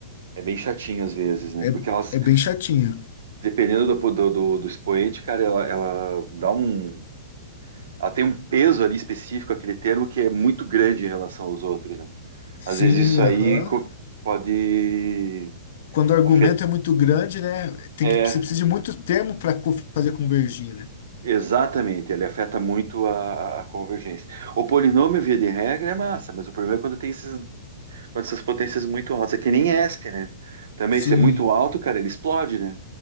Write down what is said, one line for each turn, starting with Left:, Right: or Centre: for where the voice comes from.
Right: é bem chatinho às vezes, né?
Left: É,
Right: Porque elas,
Left: é bem chatinho.
Right: dependendo do, do, do, do expoente, cara, ela, ela dá um. Ela tem um peso ali específico, aquele termo, que é muito grande em relação aos outros, né?
Left: Sim,
Right: Às vezes isso
Left: aham.
Right: aí co- pode
Left: Quando o argumento
Right: afetar.
Left: é muito grande, né? Tem
Right: É,
Left: que, você precisa de muito termo para fazer convergir, né?
Right: exatamente, ele afeta muito a, a- a convergência. O polinômio, via de regra, é massa, mas o problema é quando tem esses, quando essas potências muito altas. É que nem ESP, né? Também,
Left: Sim,
Right: se é muito alto, cara, ele explode, né?